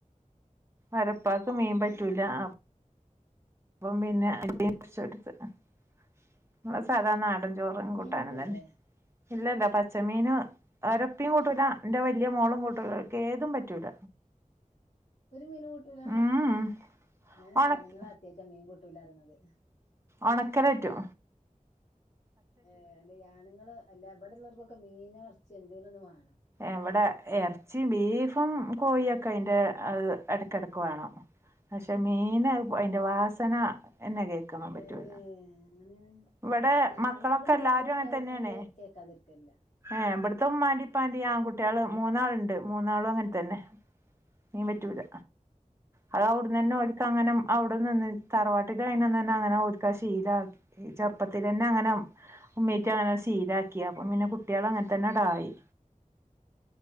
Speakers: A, on the right; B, on the left.
A: ഓരെ ഇപ്പാക്ക് മീൻ പറ്റൂല അ അപ്പം പിന്നെ <unintelligible> കൊറച്ച് എടുത്തു നമ്മളെ സാധാ നാടൻ ചോറും കൂട്ടാനും
B: മീൻ കൂട്ടൂലേ
A: തന്നെ ഇല്ലല്ല പച്ചമീന് ഓരെ ഇപ്പയും കൂട്ടൂല എന്റെ വല്യ മോളും കൂട്ടൂല ഓൽക്ക്‌ ഏതും പറ്റൂല
B: ഒരു മീനും കൂട്ടലാ
A: ഉം
B: ഞാന്
A: ഒണക്ക്
B: ആണുങ്ങള് അദ്യാറ്റ മീൻ കൂട്ടൂല പറയ്‌ണത്
A: ഒണക്കല് പറ്റോ
B: ഏഹ് അല്ലെ ആണുങ്ങൾ അല്ല ഇബടെ ഉള്ളവർക്കൊക്കെ മീൻ ഇറച്ച് എന്തേലും ഒന്ന് വേണം
A: എവിടെ ഇറച്ചിയും ബീഫും കോഴിയൊക്കെ അയ്ന്റെ അത് ഇടക്കിടക്ക് വേണം പക്ഷെ മീന അയിന്റെ വാസന എന്നന്നെ കേക്കെൻ പറ്റൂല
B: ഏ അങ്ങനെയാണ്
A: ഇവിടെ
B: അല്ല
A: മക്കളൊക്കെ
B: ആണുങ്ങളും മീൻ
A: എല്ലാരും
B: കൂട്ടായിരിക്കുന്നത്
A: അങ്ങനെ തന്നെയാണേ
B: കേൾക്കാതിരിക്കലില്ല
A: ഏഹ് ഇവിടുത്തെ ഇമ്മാന്റിം ഇപ്പാന്റിം ആൺകുട്ടികള് മൂന്നാളുണ്ട് മൂന്നാളും അങ്ങനെ തന്നെ മീൻ
B: ആ
A: പറ്റൂല
B: ആ
A: അത് അവിടുന്നന്നെ ഓൽക്ക്‌ അങ്ങനെ അവി രണ്ടും തന്നെ തറവാട്ടില് ആയിനന്നന്നെ അങ്ങനെ ഓൽക്കത് ശീലാ ക്കി ചെറപ്പത്തിലന്നെ അങ്ങനെ ഉമ്മീറ്റ് അങ്ങനെ ശീലാക്കി അപ്പം പിന്നെ കുട്ട്യാള് അങ്ങനെ തന്നെ അണ്ടായി